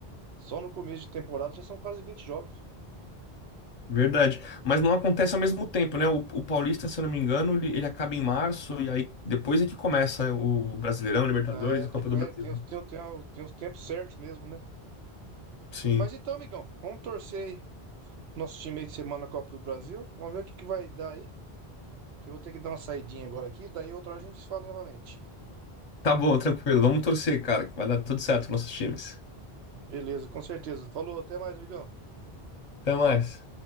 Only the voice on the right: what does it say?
Só no começo de temporada já são quase 20 jogos.
É,
daí
que
eu- é,
tem, uns- tem, tem, tem uns tempos certos mesmo, né?
Mas então, amigão, vamos torcer aí pro nosso time aí de semana na Copa do Brasil. Vamos ver o que, que vai dar aí. Que eu vou ter que dar uma saidinha agora aqui, daí outra hora a gente se fala novamente.
Beleza, com certeza. Falou, até mais, amigão.